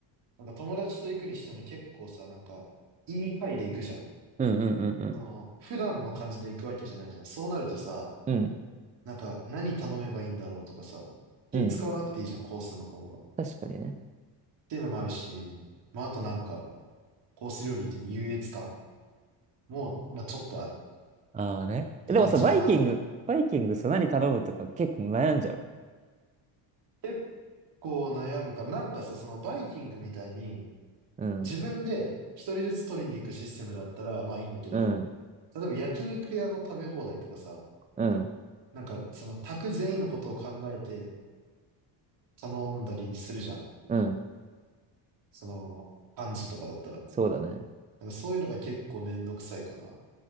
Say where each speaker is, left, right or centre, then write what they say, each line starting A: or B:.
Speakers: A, on the right; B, on the right.
A: なんか友達と行くにしても結構さ、なんか、いい回で行くじゃん。
B: うんうんうん
A: その、普段の感じで行くわけじゃないじゃん。そうなるとさ、
B: うん。うん。
A: なんか、何頼めばいいんだろうとかさ、気使わなくていいじゃん、
B: うん。
A: コースの方が。っ
B: 確かにね。
A: ていうのもあるし、まあ、あとなんか、コース料理っていう優越感も、まあ、ちょっとあるっ
B: ああね。
A: て感じかな。
B: えでもさ、バイキング、バイキングさ、何頼むとか結構悩んじゃうの
A: 結構悩むから、なんかさ、そのバイキングみたいに、
B: うん、
A: 自分で一人ずつ取りに行くシステムだったら、まあいいんだけど、
B: うん、
A: 例えば焼肉屋の食べ放題とかさ、
B: うん、
A: なんかその宅全員のことを考えて頼んだりするじゃん。
B: うん。
A: その、パンジとかだったら。
B: そうだね。
A: なんかそういうのが結構めんどくさいかな。